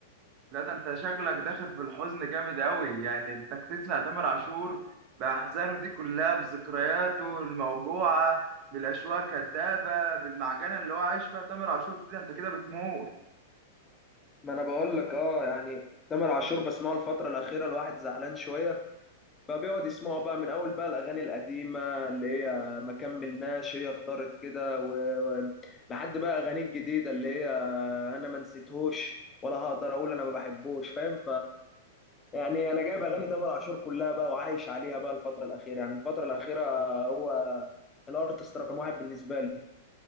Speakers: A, on the right (about 45°); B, on the left (about 20°).
A: لا ده انت شكلك داخل في الحزن جامد قوي يعني انك تسمع تامر عاشور باحزانه دي كلها بذكرياته الموجوعه بالاشواق الكدابه بالمعجنه اللي هو عايش فيها تامر عاشور دي ده انت كده بتموت
B: ما أنا بقول لك أه يعني تامر عاشور بسمعه الفترة الأخيرة الواحد زعلان شوية فبيقعد يسمعه بقى من أول بقى الأغاني القديمة اللي هي ما كملناش هي اختارت كده و... و- لحد بقى أغاني الجديدة اللي هي آه، أنا ما نسيتهوش ولا هقدر أقول أنا ما بحبوش فاهم يعني انا جايب اغاني تامر عاشور كلها بقى وعايش عليها بقى الفتره الاخيره يعني الفتره الاخيره هو الارتست رقم واحد بالنسبه لي